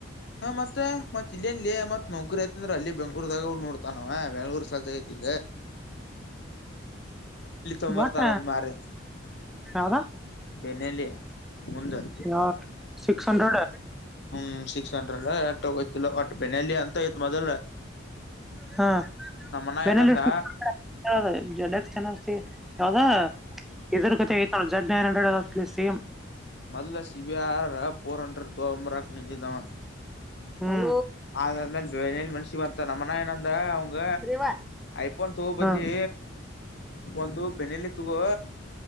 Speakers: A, on the left; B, in the centre.
A: ಹಾ ಮತ್ತತ್ ಇಲ್ಲಿಲ್ಲಿ ಮತ್ ನೌಕರಿ ಆಯ್ತ ಅಂದ್ರ ಅ ಬೆಂಗಳೂರ್ದಾಗ ನೋಡ್ತಾನ ನ್ ಬ ಬೆಂಗಳೂರು ಸಜ ಐತಿ. ಇಲ್ಲ <unintelligible> ತೊಂಬರ್ತಾರ
B: ಬಟ್ಟ
A: ಅದ್ ಮಾರಿ
B: ಹದಾ <inaudible>
A: ಬೆನ್ನಲಿ ಮುಂದ
B: ಹ ಸಿಸ್ ಹಂಡ್ರೆಡ್.
A: ಹ್ಮ್ ಸಿಕ್ಸ್ ಹಂಡ್ರೆಡ್ ಎಯ್ತಿ ಒಟ್ ಬೆನಾಲಿ ಅಂತಯತ್ ಮೊದಲ್.
B: ಹಾ
A: ನಮ್ಮನ
B: ಬೆನಲ್ಲಿಷ್ಟ.
A: ಏನಂದ
B: ಯ ಜಡಕ್ ಚೆನ ಯಾವದಾ. ಇದ್ರ ಕತೆ ಐತ ಜಡ್ ನೈನ್ ಹಂಡ್ರೆಡ್ ಸೇಮ್.
A: ಮೊದಲ ಸಿಬಿಆರ್ ಪೋರ್ ಹಂಡ್ರ ತೋಂಬ್ರಾಕ ನಿಜದಾವ.
B: ಹ್ಮ್
A: ಅಾದ್ಮೇಲೆ ಮನ್ಸಿಗೆ ಬರ್ತ ನಮ್ಮನ ಏನ. ಅವಂಗ
B: ರೇವಾ
A: ಐಫೋನ್ ತಗ ಬದ್ಲಿ.
B: ಹಾ
A: ಒಂದು ಬೆನಲಿ ತಗೋುವ.